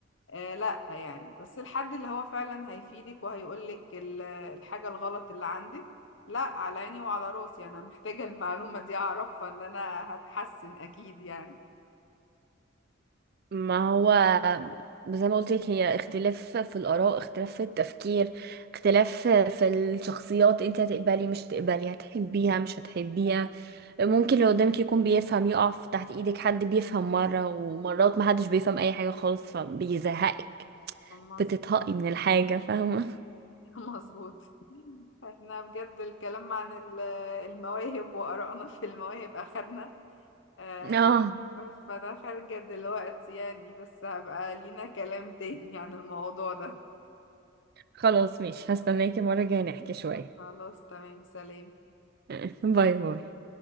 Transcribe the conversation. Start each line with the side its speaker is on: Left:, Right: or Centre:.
Left: آه لا يعني بس الحد اللي هو فعلا هيفيدك وهيقولك ال- الحاجة الغلط اللي عندك لا على عيني وعلى راسي انا محتاجة المعلومة دي اعرفها ان انا هتحسن اكيد يعني
Right: ما هو زي ما قلت لك هي اختلاف في الآراء اختلاف في التفكير اختلاف في الشخصيات انت هتقبلي مش هتقبلي هتحبيها مش هتحبيها ممكن اللي قدامك يكون بيفهم يقف تحت ايدك حد بيفهم مرة ومرات محدش بيفهم اي حاجة خالص فبيزهقك
Left: مظ-
Right: بتتهقي من الحاجة فاهمة
Left: <laughs> مظبوط احنا بجد الكلام عن ال- المواهب وآرائنا في المواهب اخدنا آه
Right: <laughs> اه
Left: فانا خارجة دلوقتي يعني بس هبقى لينا كلام تاني عن الموضوع ده
Right: خلاص ماشي هستناكي المرة الجاية نحكي شوية
Left: خلاص تمام سلام
Right: <laughs> باي باي